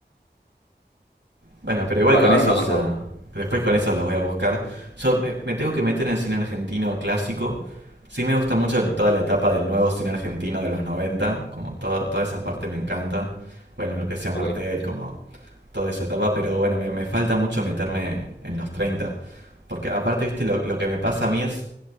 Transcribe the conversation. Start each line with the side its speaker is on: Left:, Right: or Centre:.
Right: Bueno, pero igual
Left: bueno,
Right: con
Left: ahora
Right: esos.
Left: no me acuerdo.
Right: ah, después con esos los voy a buscar. Yo me, me tengo que meter en el cine argentino clásico. Sí, me gusta mucho toda la etapa del nuevo cine argentino de los noventa Como todo- toda esa parte me encanta. Bueno, lo que sea Martel,
Left: Ok.
Right: como toda esa etapa, pero bueno, me, me falta mucho meterme en los treinta Porque aparte, viste, lo, lo que me pasa a mí es,